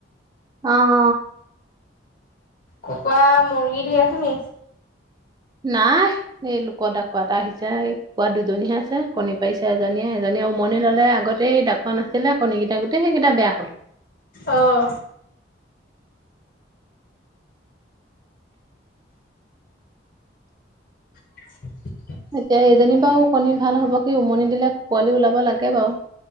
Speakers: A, on the right; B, on the left.
A: অঁ।
B: কুকুৰা মুৰ্গী ধেৰ আছে নি?
A: নাই। এই লোকৰ ডাকোৱা এটা আহিছে এই কুকুৰা দুজনীহে আছে কণী পাৰিছে এজনীয়ে এজনীয়ে উমনি ললে আগত সেই ডাকোৱা নাছিলে কণীকেইটা গোটেই কেইটা বেয়া হ'ল।
B: অহ। <inaudible>
A: এতিয়া এইজনী বাৰু কণী ভাল হ'ব কি উমনি দিলে পোৱালি ওলাব লাগে বাৰু।